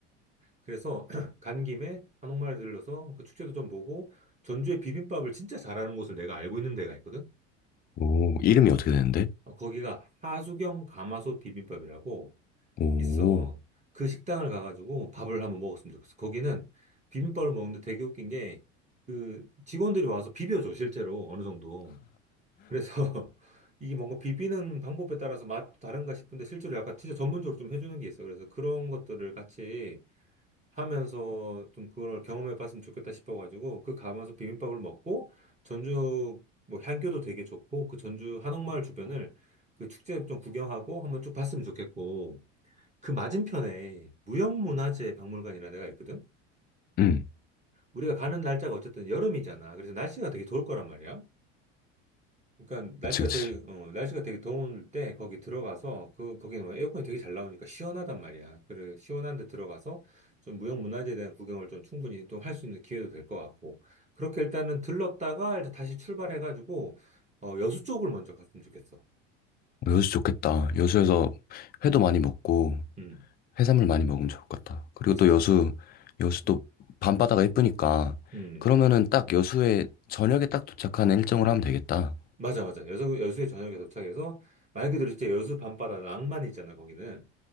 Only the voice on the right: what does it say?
그래서 <clears throat> 간 김에 한옥마을 들러서 그 축제도 좀 보고 전주의 비빔밥을 진짜 잘하는 곳을 내가 알고 있는 데가 있거든.
어, 거기가 하수경 가마솥 비빔밥이라고.
있어. 그 식당을 가가지고 밥을 한번 먹었으면 좋겠어. 거기는 비빔밥을 먹는데 되게 웃긴 게, 그 직원들이 와서 비벼줘, 실제로. 어느 정도. 그래서 <laughs> 이게 뭔가 비비는 방법에 따라서 맛도 다른가 싶은데, 실제로 약간 진짜 전문적으로 좀 해주는 게 있어. 그래서 그런 것들을 같이 하면서 좀 그걸 경험해 봤으면 좋겠다 싶어가지고, 그 가면서 비빔밥을 먹고, 전주 뭐 향교도 되게 좋고, 그 전주 한옥마을 주변을 그 축제 좀 구경하고 한번 쭉 봤으면 좋겠고, 그 맞은편에 무형문화재 박물관이라는 데가 있거든?
우리가 가는 날짜가 어쨌든 여름이잖아. 그래서 날씨가 되게 좋을 거란 말이야. 그러니까 날씨가
되게, 어, 날씨가 되게 더울 때 거기 들어가서 그, 거기는 뭐 에어컨이 되게 잘 나오니까 시원하단 말이야. 그래, 시원한 데 들어가서 좀 무형문화재에 대한 구경을 좀 충분히 또 할 수 있는 기회도 될 것 같고. 그렇게 일단은 들렀다가 일단 다시 출발해가지고, 어, 여수 쪽을 먼저 갔으면 좋겠어.
음,
음,
그치.
음.
맞아, 맞아. 여수, 여수에 저녁에 도착해서, 말 그대로 진짜 여수 밤바다 낭만이 있잖아, 거기는.